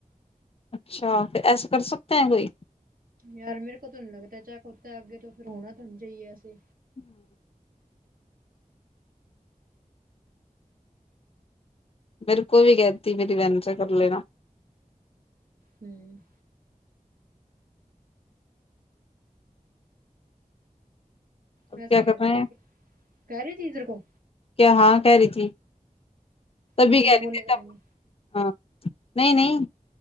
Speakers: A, on the left; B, on the right.
A: اچھا پھر ایسے کر سکتے ہیں کوئی
B: یار میرے کو تونہیں لگتا چھاہے خود کا ابڈٹ ہو تو پھر ہونا تو جیے ایسے
A: ہوں میرے کو بھی کہتی میری بہن سے کر لینا
B: ہوں
A: اب
B: ویسے
A: کیا
B: ہی کہہ
A: کر
B: رہی
A: رہے
B: تھی
A: ہیں
B: کہہ رہی تھی تیرے کو
A: کہ ہاں کہہ رہی تھی تبھی
B: کہ بنا
A: کہہ
B: بولے
A: رہی تھی
B: کریں
A: تب
B: گے
A: ہاں نہیں نہیں